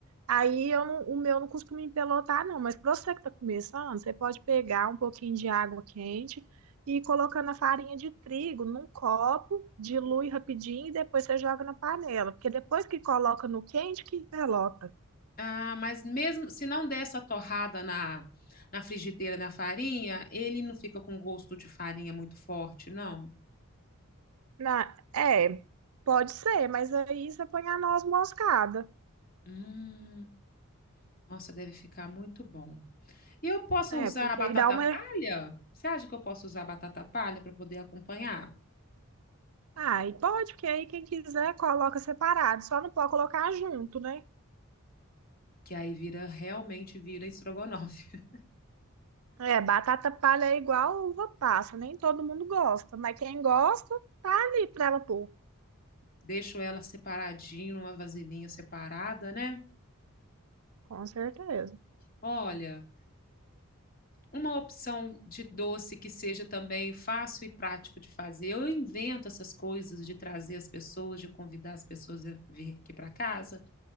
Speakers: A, on the right (about 75°); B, on the left (about 40°).
A: aí eu não- o meu não costuma empelotar, não. Mas para você que está começando, você pode pegar um pouquinho de água quente e ir colocando a farinha de trigo num copo, dilui rapidinho e depois você joga na panela. Porque depois que coloca no quente, que empelota.
B: Ah, mas mesmo se não der essa torrada na, na frigideira da farinha, ele não fica com gosto de farinha muito forte, não?
A: Na... É, pode ser, mas aí você põe a noz moscada.
B: Hum, nossa, deve ficar muito bom. E eu posso
A: É,
B: usar
A: porque
B: a batata
A: aí dá uma.
B: palha? Você acha que eu posso usar a batata palha para poder acompanhar?
A: Ah, e pode, porque aí quem quiser coloca separado, só não pode colocar junto, né?
B: Que aí vira, realmente vira estrogonofe.
A: É, batata palha é igual uva passa, nem todo mundo gosta, mas quem gosta, tá ali pra ela pôr,
B: <laughs> Deixo ela separadinho, numa vasilhinha separada, né?
A: com certeza.
B: Olha, uma opção de doce que seja também fácil e prático de fazer. Eu invento essas coisas de trazer as pessoas, de convidar as pessoas a vir aqui para casa,